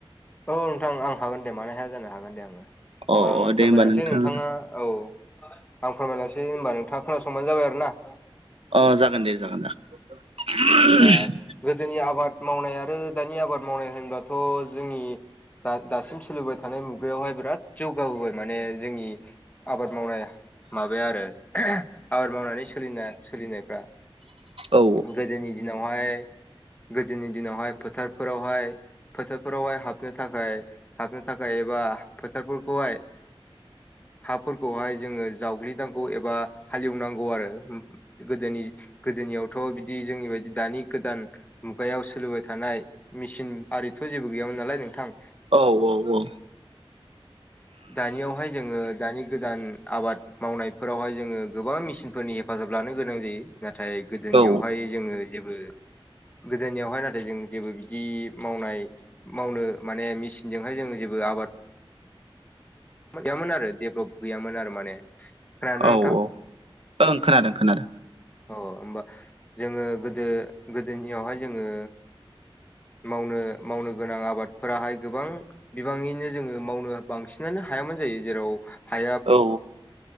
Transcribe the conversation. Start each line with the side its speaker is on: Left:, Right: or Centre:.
Left: औ नोंथां आं हागोन दे मानो हाया जानो हागोन दे आङो होमबा
Right: अ
Left: आङो
Right: अ दे
Left: फोरमायलांसै
Right: होमबा नोंथां
Left: नोंथाङा औ आं फोरमायनोसै होनबा नोंथाङा खोनासंबानो जाबाय आरो ना।
Right: अ जागोन दे जागोन दे <unintelligible>
Left: ओ होमबा गोदोनि आबाद मावनाय आरो दानि आबाद मावनाय होनब्लाथ' जोंनि दा दासिम सोलिबाय थानाय मुगायावहाय बिराद जौगाबोबाय माने जोंनि आबाद मावनाय माबाया आरो आबाद मावनानै सोलिना सोलिनायफ्रा
Right: औ
Left: गोदोनि दिन न' हाय गोदोनि दिनावहाय फोथारफोरावहाय-फोथारफोरावहाय हाब हाबनो थाखाय हाबनो थाखाय एबा फोथारफोरखौहाय हाफोरखौहाय जोङो जावग्लिनांगौ एबा हालेवनांगौ आरो ओम गोदोनि गोदोनियावथ' बिदि जोंनि बायदि दानि गोदान मुगायाव सोलिबाय थानाय मेसिन आरिथ' जेबो गैयामोन नालाय नोंथां।
Right: औ-औ-औ।
Left: दानियावहाय जोङो दानि गोदान आबाद मावनायफोरावहाय जोङो गोबां मेसिनफोरनि हेफाजाब लानो गोनां जायो। नाथाय गोदोनियावहाय
Right: औ
Left: जोङो जेबो गोदोनियावहाय नाथाय जों जेबो बिदि मावनाय मावनो माने मेसिनजोंहाय जों जेबो आबाद गैमोन आरो देब गैयामोन आरो माने। खोनादोंना
Right: औ-औ
Left: नोंथां
Right: ओं खोनादों-खोनादों।
Left: अ होमबा जोङो गोदो गोदोनियावहाय जोङो मावनो-मावनो गोनां आबादफोराहाय गोबां बिबाङैनो जोङो मावनो बांसिनानो हायामोन जायो जेराव हाया
Right: औ।